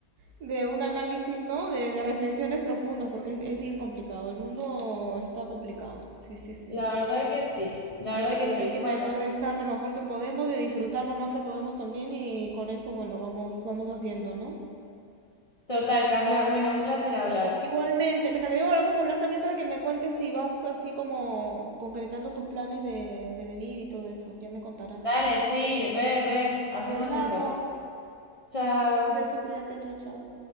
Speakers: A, on the right; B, on the left.
A: de un análisis, ¿no? De, de reflexiones profundas, porque es, es bien complicado. El mundo está complicado. Sí, sí, sí.
B: La verdad que sí. La
A: Hay
B: verdad
A: que,
B: que sí.
A: hay que
B: Bueno.
A: tratar de estar lo mejor que podemos, de disfrutar lo más que podemos también y con eso, bueno, vamos, vamos haciendo, ¿no?
B: Total, Carla. Bueno, un placer hablar.
A: Igualmente, me encantaría volvamos a hablar también para que me cuentes si vas así como concretando tus planes de, de venir y todo eso. Ya me contarás.
B: Dale, sí, re, re. Hacemos
A: Hablamos.
B: eso. Chao.
A: Un beso, cuídate, chao, chao.